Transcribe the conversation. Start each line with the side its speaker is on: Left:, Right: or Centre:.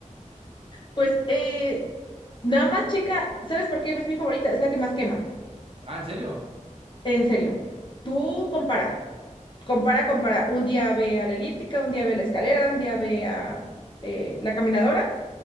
Left: Pues eh, nada más, chica, ¿sabes por qué es mi favorita? Es la que más quema.
Right: Ah, ¿en serio?
Left: En serio. Tú compara, compara, compara. Un día ve a la elíptica, un día ve a la escalera, un día ve a eh, la caminadora